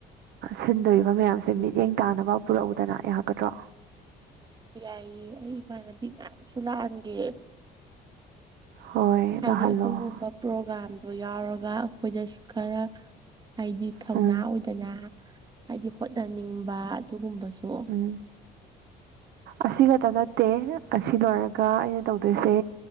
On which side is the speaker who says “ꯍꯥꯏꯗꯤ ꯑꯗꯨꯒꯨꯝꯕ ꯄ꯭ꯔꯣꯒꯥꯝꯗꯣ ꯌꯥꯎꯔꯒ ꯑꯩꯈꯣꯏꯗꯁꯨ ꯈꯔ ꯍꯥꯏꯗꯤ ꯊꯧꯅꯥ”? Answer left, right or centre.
Right